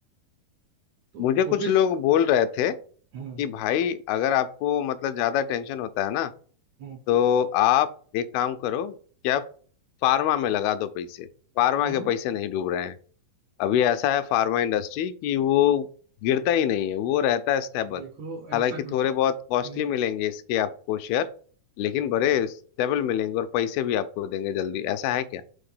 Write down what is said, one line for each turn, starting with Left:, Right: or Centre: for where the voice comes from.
Right: तो
Left: मुझे कुछ
Right: ऑब्वियस
Left: लोग बोल रहे थे
Right: हम्म
Left: कि भाई अगर आपको मतलब ज्यादा टेंशन होता है ना
Right: हम्म
Left: तो आप एक काम करो क्या फार्मा में लगा दो पैसे फार्मा
Right: कर
Left: के पैसे नहीं डूब रहे हैं अभी ऐसा है फार्मा इंडस्ट्री कि वो गिरता ही नहीं है वो रहता है स्टेबल
Right: देखो
Left: हालांकि
Right: ऐसा कुछ
Left: थोड़े बहुत कॉस्टली
Right: नहीं
Left: मिलेंगे इसके आपको शेयर लेकिन बड़े स्टेबल मिलेंगे और पैसे भी आपको देंगे जल्दी ऐसा है क्या